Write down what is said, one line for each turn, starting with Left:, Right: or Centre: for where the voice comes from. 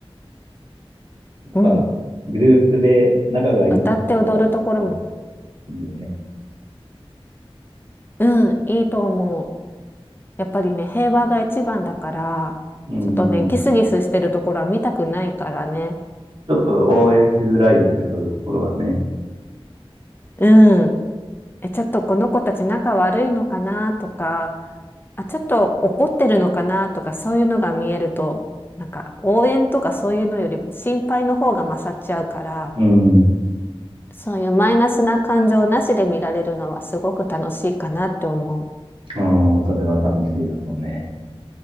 Right: やっぱ、
Left: うん。
Right: グループで仲がいいところがあると
Left: 歌って踊るところも
Right: いいよね。
Left: うん、いいと思う。やっぱりね、平和が一番だから、
Right: うん、
Left: ちょっとね、
Right: うん。
Left: ギスギスしてるところは見たくないからね。
Right: ちょっと応援しづらいよね、そういうところはね。
Left: うん。え、ちょっとこの子たち仲悪いのかなとか、あ、ちょっと怒ってるのかなとか、そういうのが見えると、なんか応援とかそういうのよりも心配の方が勝っちゃうから、
Right: うん。
Left: そういうマイナスな感情なしで見られるのはすごく楽しいかなって思
Right: ああ、それは楽しいだろうね。